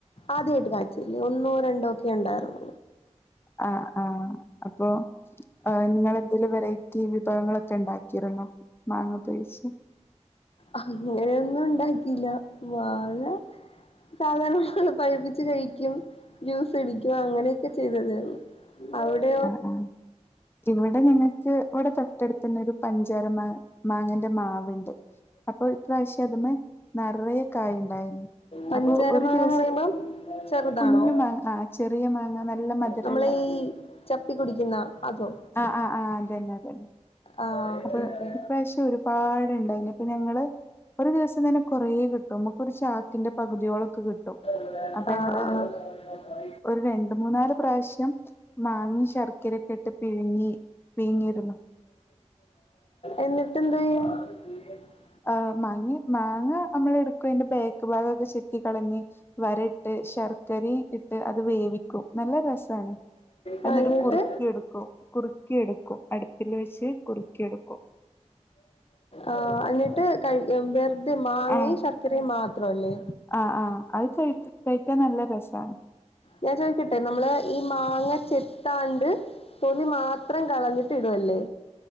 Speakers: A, on the left; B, on the left.
A: ആദ്യായിട്ട് കാഴ്ച്ചല്ലേ ഒന്നോ രണ്ടോ ഒക്കെ ഉണ്ടായിരുന്നു
B: ആഹ് ആഹ് അപ്പൊ ആഹ് നിങ്ങൾ എന്തെലും വെറൈറ്റി വിഭവങ്ങളൊക്കെ ഉണ്ടാക്കിരുന്നോ മാങ്ങ ഉപയോഗിച്ച്
A: അങ്ങനെയൊന്നും ഉണ്ടാക്കിയില്ല മാങ്ങ സാധാരണ ഞങൾ പഴുപ്പിച്ച് കഴിക്കും ജ്യൂസ് അടിക്കും അങ്ങനെയൊക്കെ ചെയ്തായിരുന്നു അവിടെ
B: ആഹ് ആഹ് ഇവിടെ ഞങ്ങൾക്ക് ഇവിടെ തൊട്ടടുത്ത് തന്നെ ഒരു പഞ്ചാര മാ മാങ്ങന്റെ മാവുണ്ട് അപ്പൊ ഇപ്രാവശ്യം അതിമേ നിറയെ കായ ഉണ്ടായിന്
A: പഞ്ചാര
B: അപ്പൊ ഒരു
A: മാങ്ങാന്ന്
B: ദിവസം
A: പറയുമ്പം ചെറുതാണോ
B: കുഞ്ഞു മാങ്ങ ആഹ് ചെറിയ മാങ്ങ നല്ല മധുരമുള്ള
A: നമ്മളെ ഈ ചപ്പി കുടിക്കുന്ന അതോ
B: ആഹ് ആഹ് ആഹ് അതന്നെ അതന്നെ
A: ആഹ് ഓക്കേ
B: അപ്പൊ
A: ഓക്കെ
B: ഇപ്രാവശ്യം ഒരുപാടുണ്ടായിനി അപ്പൊ ഞങ്ങള് ഒരു ദിവസം തന്നെ കുറേ കിട്ടും നമുക്കൊരു ചാക്കിന്റെ പകുതിയോളൊക്കെ കിട്ടും
A: ആഹ്
B: അപ്പൊ ഞങ്ങള്
A: ആഹ് ആഹ്
B: ഒരു രണ്ട് മൂന്നാല് പ്രാവശ്യം മാങ്ങ ശർക്കരയൊക്കെ ഇട്ട് പിഴുങ്ങി പിഴുങ്ങിരുന്നു
A: എന്നിട്ടെന്താ ചെയ്യാ <unintelligible>
B: ആഹ് മാങ്ങി മാങ്ങ നമ്മള് എടുക്കു അതിന്റെ ബേക്ക് ഭാഗൊക്കെ ചെത്തി കളഞ്ഞ് വരയിട്ട് ശർക്കര ഇട്ട്ട്ട് അത് വേവിക്കും നല്ല രസമാണ്
A: കഴിഞ്ഞിട്ട്
B: എന്നിട്ട് കുറുക്കി എടുക്കും കുറുക്കി എടുക്കും അടുപ്പിൽ വെച്ച് കുറുക്കി എടുക്കും
A: ആഹ് എന്നിട്ട് കഴിക്കാ വെറുതെ മാങ്ങയും
B: ആഹ്
A: ശർക്കരയും മാത്രല്ലേ
B: ആഹ് ആഹ് അത് കഴി കഴിക്കാൻ നല്ല രസമാണ്
A: ഞാൻ ചോദിക്കട്ടെ നമ്മള് ഈ മാങ്ങ ചെത്താണ്ട് തൊലി മാത്രം കളഞ്ഞി- -ട്ടിടുവല്ലേ